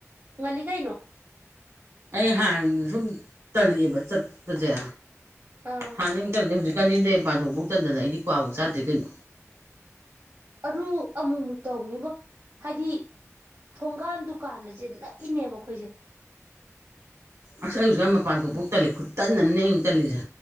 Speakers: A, on the right; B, on the right.
A: ꯉꯜꯂꯤ ꯀꯩꯅꯣ
B: ꯑꯩ ꯍꯥꯟꯅ ꯁꯨꯝ ꯇꯂꯛꯑꯦꯕ ꯆꯠꯄꯁꯦ
A: ꯑꯥ
B: ꯍꯥꯟꯅ ꯃꯇꯝꯗꯗꯤ ꯍꯧꯖꯤꯛꯀꯥꯟꯗꯝ ꯌꯨꯝꯗꯩ ꯃꯄꯥꯟꯊꯣꯛꯐꯧ ꯇꯟꯗꯅ ꯑꯩꯗꯝ ꯀ꯭ꯋꯥꯐꯧ ꯆꯥꯗꯦ ꯀꯩꯅꯣ
A: ꯑꯔꯨ ꯑꯃꯨꯛꯃꯨꯛ ꯇꯧꯅꯤꯕꯣ ꯍꯥꯏꯗꯤ ꯊꯣꯡꯒꯥꯟ ꯗꯨꯀꯥꯟ ꯑꯁꯦ ꯅꯛꯏꯅꯦꯕ ꯑꯩꯈꯣꯏꯁꯦ
B: ꯑꯁ ꯑꯩ ꯑꯁꯨꯛꯌꯥꯝ ꯃꯄꯥꯟ ꯊꯣꯛꯄꯣꯛ ꯇꯜꯂꯤ ꯈꯨꯠꯇꯟ ꯑꯃꯅꯤ ꯑꯩ ꯇꯜꯂꯤꯁꯦ